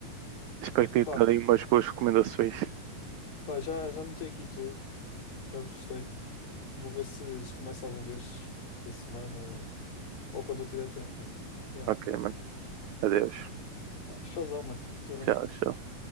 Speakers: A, on the right; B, on the left.
A: Espero que tenha
B: Pá,
A: dado aí umas boas recomendações.
B: pá, já, já notei aqui tudo. Por acaso gostei. Vou ver se, se começa algum destes esta semana ou, ou quando eu tiver tempo, mano. Yeah.
A: Ok, mano. Adeus.
B: Pá, Showzão, mano. Fica
A: Tchau,
B: bem.
A: tchau.